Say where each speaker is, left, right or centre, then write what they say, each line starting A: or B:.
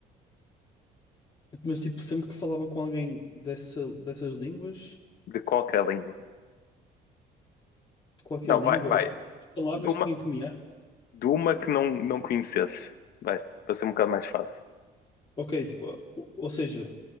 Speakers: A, on the left (about 30°); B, on the left (about 65°).
A: mas tipo, sempre que falava com alguém dessa, dessas línguas,
B: de qualquer língua.
A: qualquer
B: Não,
A: língua,
B: vai, vai.
A: aquelas palavras
B: De uma,
A: tinha que mear.
B: de uma que não, não conhecesses. Vai, para ser um bocado mais fácil.
A: Ok, tipo, ou, ou seja,